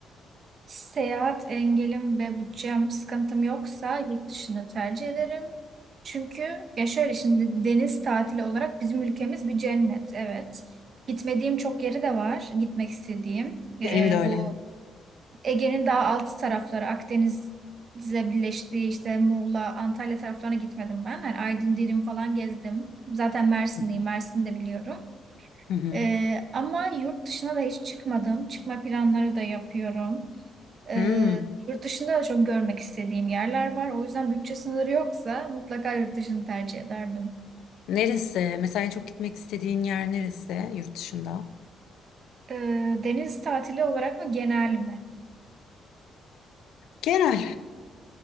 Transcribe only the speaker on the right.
Seyahat engelim ve bütçem sıkıntım yoksa yurt dışını tercih ederim. Çünkü ya şöyle şimdi deniz tatili olarak bizim ülkemiz bir cennet. Evet. Gitmediğim çok yeri de var. Gitmek istediğim. E,
bu Ege'nin daha alt tarafları Akdeniz'e birleştiği işte Muğla, Antalya taraflarına gitmedim ben. Hani Aydın, Dirim falan gezdim. Zaten Mersin'deyim,
Mersin'i de biliyorum.
Ee, ama yurt dışına da hiç çıkmadım. Çıkma planları da yapıyorum. Ee,
yurt dışında da çok görmek istediğim yerler var. O yüzden bütçe sınırı yoksa mutlaka yurt dışını tercih ederdim.
Ee, deniz tatili olarak mı genel mi?